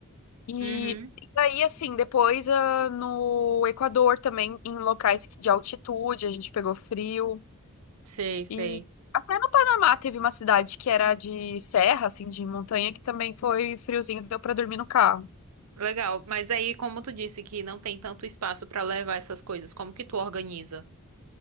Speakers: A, on the left; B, on the right.
A: E
B: Uhum.
A: e daí, assim, depois ah, no Equador também, em locais de altitude, a gente pegou frio.
B: Sei, sei.
A: E até no Panamá teve uma cidade que era de serra, assim, de montanha, que também foi friozinho, deu pra dormir no carro.
B: Legal. Mas aí, como tu disse que não tem tanto espaço pra levar essas coisas, como que tu organiza?